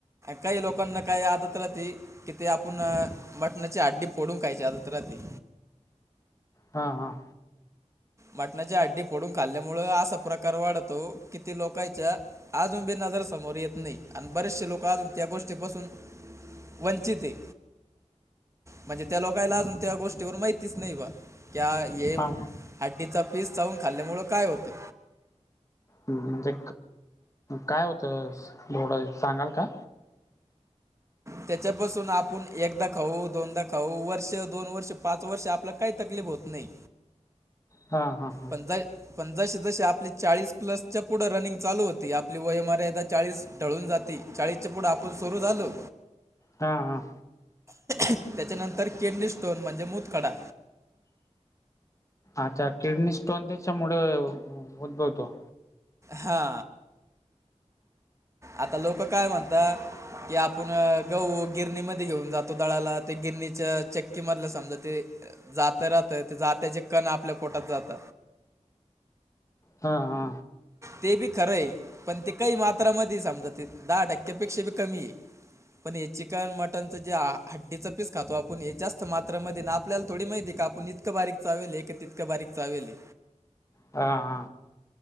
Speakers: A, on the right; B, on the left.
A: काही लोकांना काही आदत राहती कि ते आपण मटणाची हड्डी फोडून खायची आदत राहती.
B: हा हा.
A: मटणाच्या हड्डी फोडून खाल्ल्यामुळ असा प्रकार वाढतो किती लोकाच्या अजून बी नजर समोर येत नाही आणि बरेचसे लोक अजून त्या गोष्टीपासून वचित है. म्हणजे त्या लोकाला अजून त्या गोष्टीवर माहितीच नाही बा क हे
B: हा
A: हड्डीचा पीस चाऊन खाल्ल्यामुळ काय होतं!
B: म्हणजे काय होतं, थोडं सांगाल का?
A: त्याच्यापासून आपण एकदा खाऊ दोनदा खाऊ वर्ष दोन वर्ष पाच वर्ष आपलं काही तकलीफ होत नाही.
B: हा हा.
A: पण जर पण जसे जसे आपले चाळीस प्लसच्या पुढे रनिंग चालू होती आपली वय मर्यादा चाळीस टळून जाती चाळीसच्या पुढं आपण सुरू झालो.
B: हा हा.
A: त्याच्यानंतर किडनी स्टोन म्हणजे मुतखडा.
B: अच्छा किडनी स्टोन त्याच्यामुळे, उद्भवतो.
A: हा, आता लोक काय म्हणतात कि आपूण गहू गिरणीमध्ये घेऊन जातो दळाला ते गिरणीच्या चक्की मधल समजा ते जात राहतं ते जात्याचे कण आपल्या पोटात जात.
B: हा हा.
A: ते बी खरं आहे, पण ते काही मात्रामध्ये समजा ते दहा टक्क्यापेक्षा बी कमी आहे. पण हे चिकन मटनच जे हड्डीच पीस खातो आपण हे जास्त मात्रामध्ये <unintelligible> आपल्याला थोडी माहिती का आपण इतकं बारीक चावीले कि तितकं बारीक चावीले.
B: हा हा.